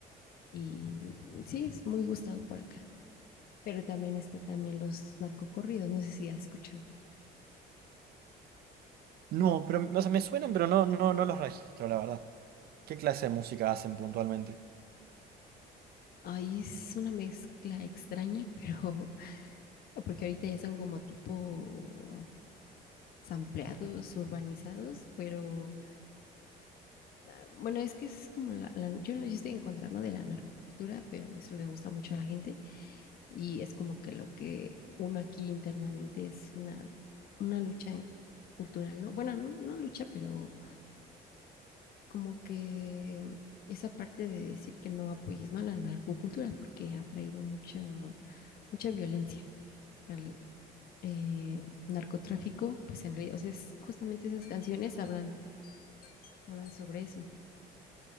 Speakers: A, on the left; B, on the right.
A: Y sí, es muy gustado por acá. Pero también está también los narcocorridos, no sé si has escuchado.
B: No, pero o sea, me suenan, pero no, no, no los registro, la verdad. ¿Qué clase de música hacen puntualmente?
A: Ahí es una mezcla extraña, pero <laughs> porque ahorita ya son como tipo sampleados, urbanizados, pero ah, bueno, es que es como la, la- yo, no- yo estoy en contra, ¿no? De la narcocultura, pero eso le gusta mucho a la gente y es como que lo que uno aquí internamente es una, una lucha cultural, ¿no? Bueno, no, no lucha, pero como que esa parte de decir que no apoyes, ¿no? La narcocultura, porque ha traído mucho, mucha violencia. O sea, el, eh, narcotráfico, pues en realidad, o sea, es- justamente esas canciones hablan, hablan sobre eso.